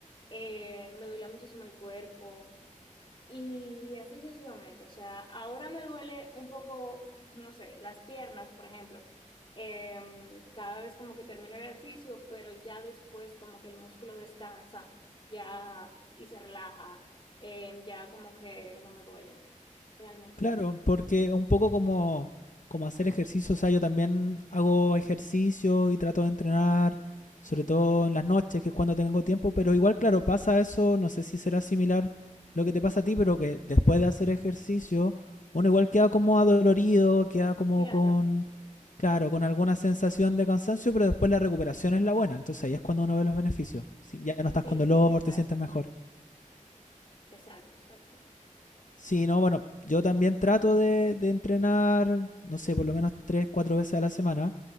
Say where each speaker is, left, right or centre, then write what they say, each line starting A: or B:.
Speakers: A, on the left (about 40°); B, on the left (about 70°).
A: eh, me dolía muchísimo el cuerpo. Y así sucesivamente, o sea, ahora me duele un poco, <laughs> no sé, las piernas, por ejemplo, em, cada vez como que termino el ejercicio, pero ya después como que el músculo descansa, ya y se relaja, em, ya como que no me duele realmente.
B: Claro, porque un poco como, como hacer ejercicio, o sea, yo también hago ejercicio y trato de entrenar, sobre todo en las noches, que es cuando tengo tiempo, pero igual, claro, pasa eso, no sé si será similar lo que te pasa a ti, pero que después de hacer ejercicio, uno igual queda como adolorido, queda como
A: Claro,
B: con, claro, con alguna sensación de cansancio, pero después la recuperación es la buena, entonces ahí es cuando uno ve los beneficios. Si ya no estás
A: sí,
B: con dolor,
A: sí, exacto,
B: te sientes mejor.
A: exacto, exacto.
B: Sí, no, bueno, yo también trato de, de entrenar, no sé, por lo menos tres, cuatro veces a la semana.